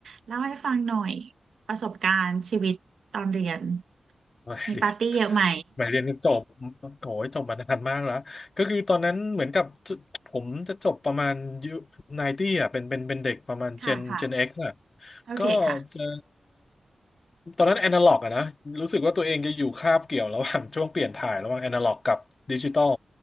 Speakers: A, on the right; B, on the left.
A: เล่าให้ฟังหน่อยประสบการณ์ชีวิตตอนเรียน
B: ไม่เรียน
A: มีปาร์ตี้เยอะไหม
B: <laughs> หมายเรียนจบโอ้ยจบมานานมากแล้วก็คือตอนนั้นเหมือนกับผมจะจบประมาณยุไนตี้อ่ะเป็นเป็นเป็นเด็กประมาณเจนเจนเอ็กซ์อ่ะ
A: ค่ะค่ะโอเคค่ะ
B: ก็จะตอนนั้นแอนาล็อกอะนะรู้สึกว่าตัวเองจะอยู่คาบเกี่ยวระหว่าง <laughs> ช่วงเปลี่ยนถ่ายระหว่างแอนาล็อกกับดิจิตอล